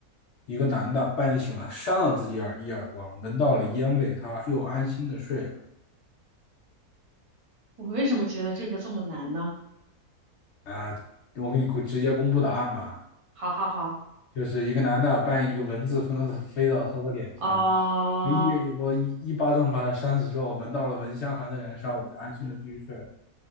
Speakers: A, on the left; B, on the right.
A: 一个男的半夜醒来扇了自己耳一耳光，闻到了烟味，他又安心的睡了。
B: 我为什么觉得这个这么难呢？
A: 啊，我给你直接公布答案吧。
B: 好好好，
A: 就是一个男的扮演一个蚊子飞到飞到他的脸上，
B: 哦，
A: 一我一一巴掌把他扇死之后，闻到了蚊香还在燃烧，我就安心的继续睡了。